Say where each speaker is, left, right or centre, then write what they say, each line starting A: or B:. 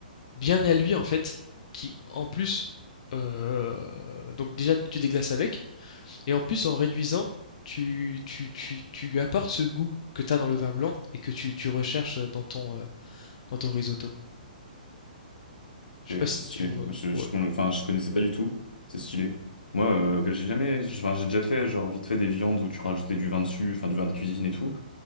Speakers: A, on the left; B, on the left.
A: bien à lui, en fait, qui en plus... euh, donc déjà, tu déglaces avec, et en plus, en réduisant, tu, tu, tu, tu apportes ce goût que tu as dans le vin blanc et que tu, tu recherches dans ton, euh, dans ton risotto. Je
B: Ok,
A: sais pas si
B: C'est stylé.
A: tu vois.
B: Moi, je,
A: Ouais.
B: je, con- enfin, je connaissais pas du tout. C'est stylé. Moi, euh, que j'ai jamais, je- enfin, j'ai déjà fait, genre, vite fait des viandes où tu rajoutais du vin dessus, enfin, du vin de cuisine et tout.